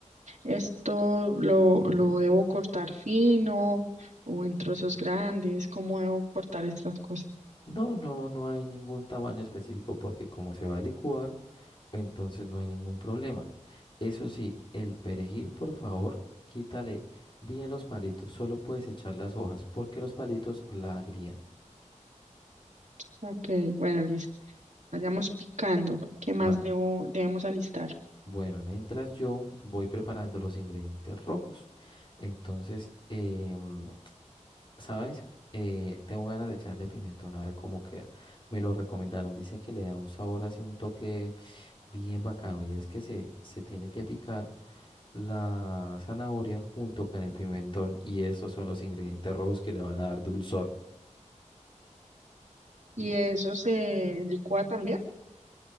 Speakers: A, on the right (about 70°); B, on the left (about 40°).
A: Esto lo, lo debo cortar fino o en trozos grandes. ¿Cómo debo cortar estas cosas?
B: No, no, no hay ningún tamaño específico porque como se va a licuar, entonces no hay ningún problema. Eso sí, el perejil, por favor, quítale bien los palitos. Solo puedes echar las hojas porque los palitos la agrían.
A: Ok, bueno, listo. Vayamos picando. ¿Qué más
B: Va-
A: debo, debemos alistar?
B: Bueno, mientras yo voy preparando los ingredientes rojos. Entonces, em, ¿sabes? Eh, tengo ganas de echarle pimentón a ver cómo queda. Me lo recomendaron. Dice que le da un sabor así, un toque bien bacano. Y es que se, se tiene que picar la zanahoria junto con el pimentón. Y estos son los ingredientes rojos que le van a dar dulzor.
A: ¿Y eso se licúa también?